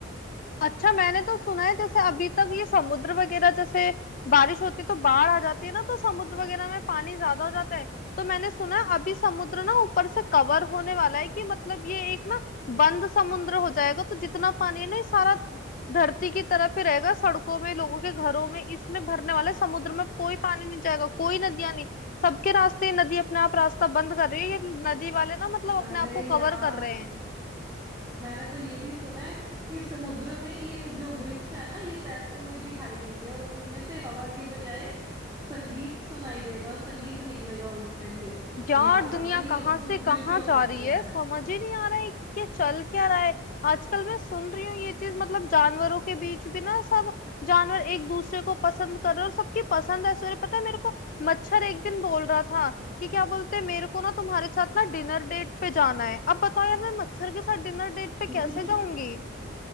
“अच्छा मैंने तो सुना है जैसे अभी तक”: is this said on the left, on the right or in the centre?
Left